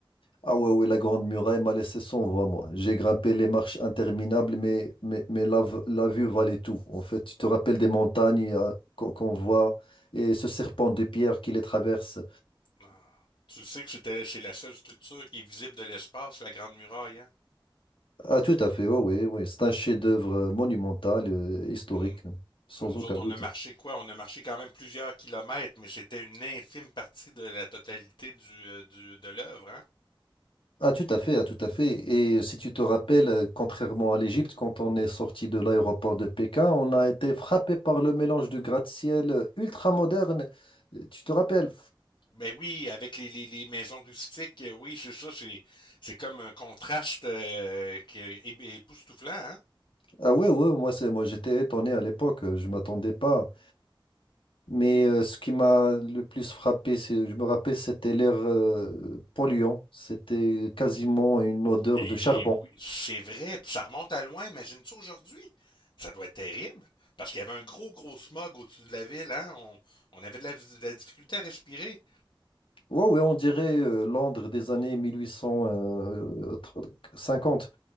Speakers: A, on the left (about 75°); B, on the left (about 60°).
A: Ah ouais, ouais, la Grande Muraille m'a laissé sans voix, moi. J'ai grimpé les marches interminables, mais, mais, mais la, v- la vue valait tout. En fait, tu te rappelles des montagnes euh, qu'on qu'on voit et ce serpent de pierre qui les traverse.
B: Ah. Tu le sais que c'était, c'est la seule structure qui est visible de l'espace, la grande muraille, hein?
A: Ah, tout à fait, oui, oui, oui. C'est un chef-d'œuvre euh, monumental, euh, historique,
B: Hum.
A: sans
B: Alors, Nous
A: aucun
B: autres,
A: doute.
B: on a marché quoi? On a marché quand même plusieurs kilomètres, mais c'était une infime partie de la totalité du, euh, du- de l'œuvre, hein?
A: Ah, tout à fait, ah, tout à fait. Et euh, si tu te rappelles, euh, contrairement à l'Égypte, quand on est sorti de l'aéroport de Pékin, on a été frappé par le mélange de gratte-ciel euh, ultra-moderne. Euh, Tu te rappelles?
B: Ben oui, avec les, les, les maisons rustiques, euh, oui, c'est ça, c'est, c'est comme un contraste euh, qui est é- époustouflant, hein?
A: Ah ouais, ouais, moi c'est moi j'étais étonné à l'époque, euh, je m'attendais pas. Mais euh, ce qui m'a le plus frappé, c'est, je me rappelle, c'était l'air euh, polluant. C'était quasiment une odeur
B: Et
A: de charbon.
B: oui, c'est vrai, puis ça remonte à loin, imagine-tu aujourd'hui? Ça doit être terrible, parce qu'il y avait un gros, gros smog au-dessus de la ville, hein? On, on avait de la, de la difficulté à respirer.
A: Ouais, ouais, on dirait euh, Londres des années 1850.